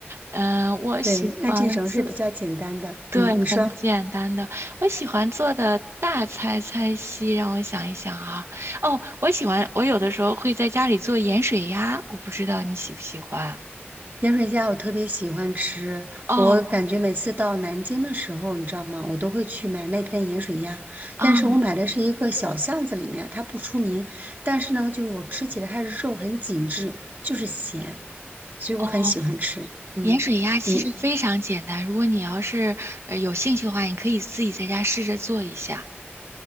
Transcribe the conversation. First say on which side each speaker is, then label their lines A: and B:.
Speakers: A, on the right; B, on the right.
A: 嗯、我喜欢做。
B: 对，那这种是比较简单的。
A: 对，
B: 嗯，你说。
A: 很简单的。我喜欢做的大菜菜系，让我想一想啊。哦，我喜欢，我有的时候会在家里做盐水鸭，我不知道你喜不喜欢。
B: 盐水鸭我特别喜欢吃，
A: 哦，
B: 我感觉每次到南京的时候，你知道吗？我都会去买那边盐水鸭，
A: 啊，
B: 但是我买的是一个小巷子里面，它不出名，但是呢，就是我吃起来它的肉很紧致，就是咸，所以我很喜欢吃。
A: 哦，
B: 嗯，
A: 盐水鸭其实非常简单。
B: 你
A: 如果你要是呃有兴趣的话，你可以自己在家试着做一下。